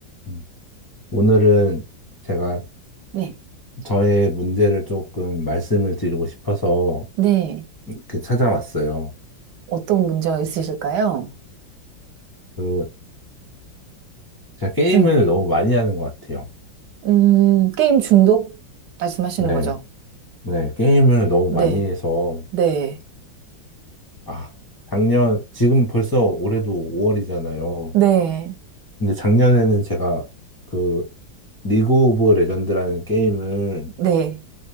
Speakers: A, on the left; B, on the right.
A: 음. 오늘은 제가
B: 네.
A: 저의 문제를 조금 말씀을 드리고 싶어서
B: 네.
A: 이렇게 찾아왔어요.
B: 어떤 문제가 있으실까요?
A: 그, 제가 게임을
B: 음,
A: 너무 많이 하는 것 같아요.
B: 음, 게임 중독 말씀하시는
A: 네,
B: 거죠?
A: 네, 게임을 너무
B: 네.
A: 많이 해서,
B: 네.
A: 아, 작년, 지금 벌써 올해도 5월이잖아요.
B: 네.
A: 근데 작년에는 제가 그, 리그 오브 레전드라는 게임을
B: 네.